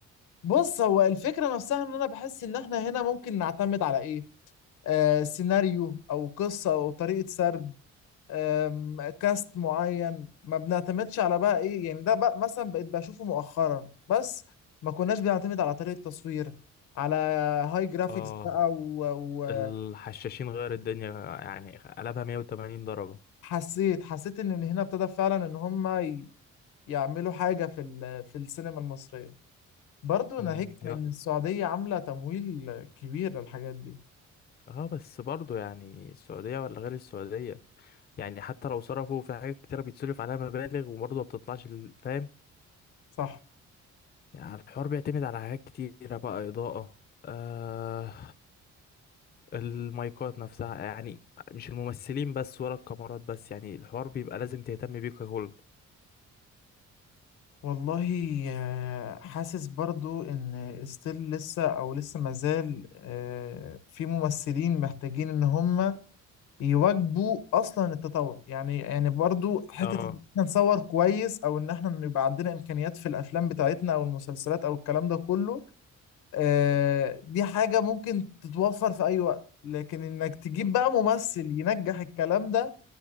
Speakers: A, on the left; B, on the left.
A: بص هو الفكرة نفسها ان انا بحس ان احنا هنا ممكن نعتمد على ايه آه سيناريو او قصة او طريقة سرد آم، كاست معين ما بنعتمدش على بقى ايه يعني ده بقى مثلا بقيت بشوفه مؤخرا بس ما كناش بنعتمد على طريقة تصوير على هاي جرافيكس
B: اه
A: بقى و-
B: الحشاشين غير الدنيا يعني قلبها 180 درجة
A: وحسيت حسيت ان من هنا ابتدى فعلا ان هم ي- يعملوا حاجة في ال- في السينما المصرية برضه
B: امم
A: ناهيك
B: لا
A: عن ان السعودية عاملة تمويل كبير للحاجات دي
B: اه بس برضو يعني السعودية ولا غير السعودية يعني حتى لو صرفوا في حاجات كتيرة بيتصرف عليها مبالغ وبرضه ما بتطلعش ال- فاهم
A: صح
B: يعني الحوار بيعتمد على حاجات كتيرة بقى إضاءة آه المايكات نفسها يعني مش الممثلين بس ولا الكاميرات بس يعني الحوار بيبقى لازم تهتم بيه ككل
A: والله آه، حاسس برضو ان ستيل لسه او لسه مازال آه، في ممثلين محتاجين ان هم يواجبوا اصلا التطور يعني يعني برضو حتة
B: اه
A: ان احنا نصور كويس او ان احنا يبقى عندنا امكانيات في الافلام بتاعتنا او المسلسلات او الكلام ده كله آه، دي حاجة ممكن تتوفر في اي وقت لكن انك تجيب بقى ممثل ينجح الكلام ده